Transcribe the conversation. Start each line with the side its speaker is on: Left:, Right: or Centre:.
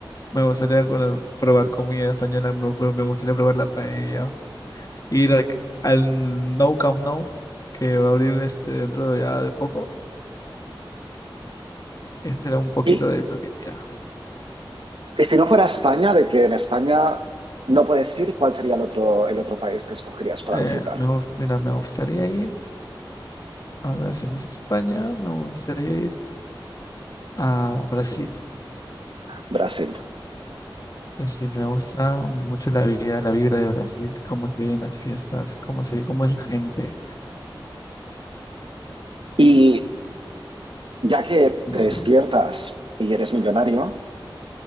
Left: Me gustaría cono- probar comida española, me, gu- me gustaría probar la paella, ir al, al No Camp No, que va a abrir este dentro de ya de poco. Ese será un poquito
Right: ¿Y
Left: de lo que haría.
Right: Y si no fuera España, de que en España no puedes ir, ¿cuál sería el otro, el otro país que escogerías para
Left: Eh,
Right: visitar?
Left: me gu- mira, me gustaría ir, a ver, si no es España, me gustaría ir a Brasil.
Right: Brasil.
Left: Brasil, me gusta mucho la vida, la vibra de Brasil, cómo se viven las fiestas, cómo se, cómo es la gente.
Right: Y ya que te
Left: Ujú.
Right: despiertas y eres millonario,